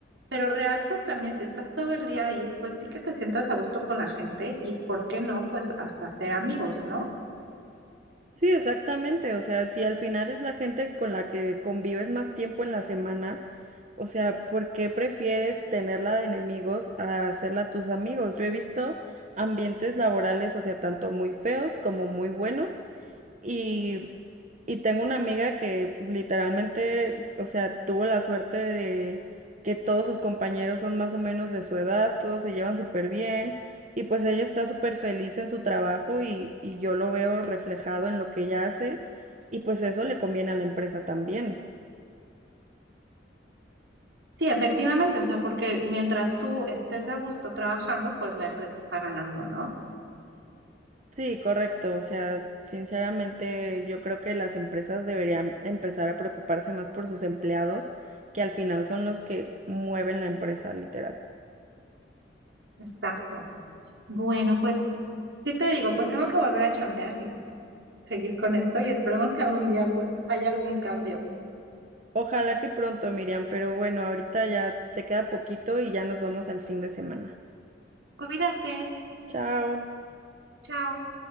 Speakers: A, on the right (about 75°); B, on the right (about 40°).
A: pero real, pues también si estás todo el día ahí, pues sí que te sientas a gusto con la gente y por qué no, pues hasta ser amigos, ¿no?
B: Sí, exactamente, o sea, si al final es la gente con la que convives más tiempo en la semana, O sea, ¿por qué prefieres tenerla de enemigos a hacerla tus amigos? Yo he visto ambientes laborales, o sea, tanto muy feos como muy buenos. Y, y tengo una amiga que literalmente, o sea, tuvo la suerte de que todos sus compañeros son más o menos de su edad, todos se llevan súper bien. Y pues ella está súper feliz en su trabajo y, y yo lo veo reflejado en lo que ella hace. Y pues eso le conviene a la empresa también.
A: Sí, efectivamente, o sea, porque mientras tú estés a gusto trabajando, pues la empresa está ganando, ¿no?
B: Sí, correcto. O sea, sinceramente yo creo que las empresas deberían empezar a preocuparse más por sus empleados, que al final son los que mueven la empresa, literal.
A: Exacto. Bueno, pues, ¿qué te digo? Pues tengo que volver a chambear y seguir con esto y esperemos que algún día pues haya algún cambio.
B: Ojalá que pronto, Miriam, pero bueno, ahorita ya te queda poquito y ya nos vamos al fin de semana.
A: Cuídate.
B: Chao.
A: Chao.